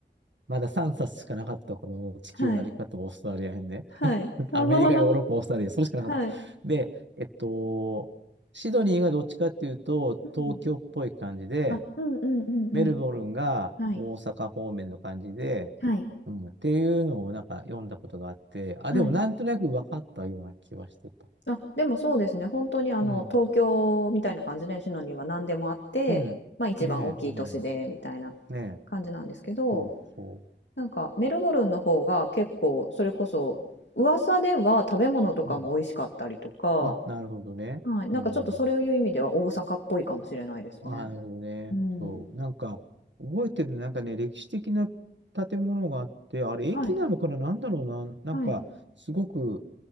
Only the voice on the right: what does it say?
まだ3冊しかなかったこの地球なり方、
オーストラリア編ね。
<laughs>
アメリカ、ヨーロッパ、オーストラリア、それしかなかった。
で、えっと、シドニーがどっちかっていうと、
東京っぽい感じで、
メルボルンが大阪方面の感じで、
うん、っていうのをなんか読んだことがあって、あ、
でもなんとなく分かったような気はしてた。
うん。うん。
ねえ、うん。ねえ、
そうそ
う。うん、あ、なるほどね。
うん。あ、なるほどね。
そう。なんか、覚えてる、なんかね、歴史的な建物があって、あれ、
駅なのかな、なんだろうな、なんか、
すごく